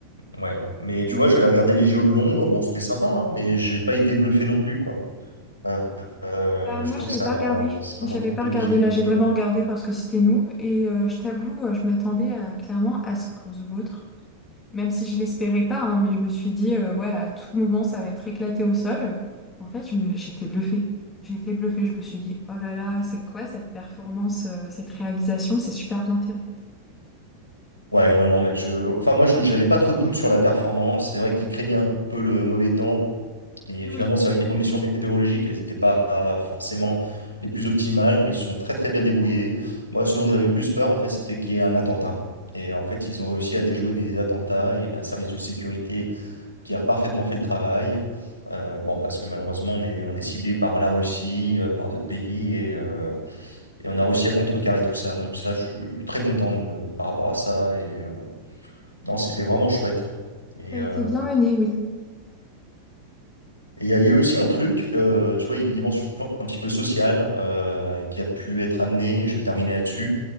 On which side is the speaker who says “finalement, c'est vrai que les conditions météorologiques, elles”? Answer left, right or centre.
Right